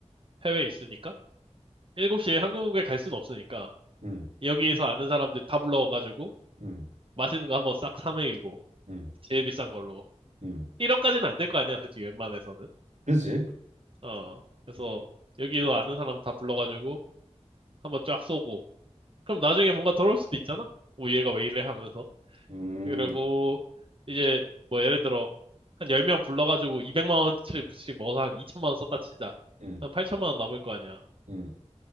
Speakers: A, on the right (about 50°); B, on the right (about 85°).
A: 해외에 있으니까 7시에 한국에 갈 수는 없으니까
B: 음,
A: 여기서 아는 사람들 다 불러가지고
B: 음,
A: 맛있는 거 한번 싹 사 먹이고
B: 음,
A: 제일 비싼 걸로
B: 음.
A: 1억까지는 안 될 거 아니야, 솔직히 웬만해서는.
B: 그지?
A: 어. 그래서 여기서 아는 사람 다 불러가지고 한번 쫙 쏘고 그럼 나중에 뭔가 돌아올 수도 있잖아? 뭐 얘가 왜 이래 하면서.
B: 음,
A: 그리고 이제 뭐 예를 들어 한 10명 불러가지고 200만 원씩 먹어서 한 2천만 원 썼다 치자.
B: 음,
A: 한 8천만 원 남을 거 아니야.
B: 음.